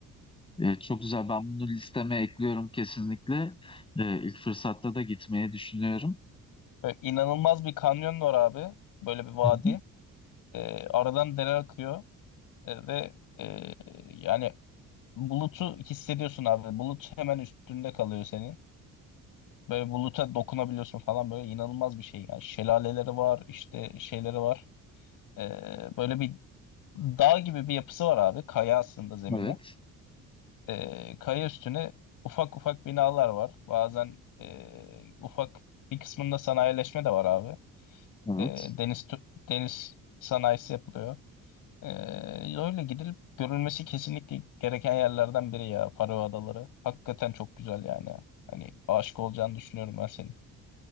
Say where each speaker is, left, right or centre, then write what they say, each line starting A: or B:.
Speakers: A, on the left; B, on the left.
A: e, çok güzel ben bunu listeme ekliyorum kesinlikle. E, ilk fırsatta da gitmeyi düşünüyorum.
B: Böyle inanılmaz bir kanyon var abi. Böyle bir vadi.
A: Hı hı.
B: Ee, aradan dere akıyor. Ee, ve ee, yani bulutu hissediyorsun abi. Bulut hemen üstünde kalıyor senin. Böyle buluta dokunabiliyorsun falan böyle inanılmaz bir şey. Yani şelaleleri var işte şeyleri var. Ee, böyle bir dağ gibi bir yapısı var abi. Kaya aslında zemine.
A: Evet
B: Ee, kaya üstüne ufak ufak binalar var. Bazen e, ufak bir kısmında sanayileşme de var abi.
A: evet.
B: Ee, deniz tu- deniz sanayisi yapılıyor. Ee, öyle gidilip görülmesi kesinlikle gereken yerlerden biri ya Faroe Adaları. Hakikaten çok güzel yani. Hani aşık olacağını düşünüyorum ben senin.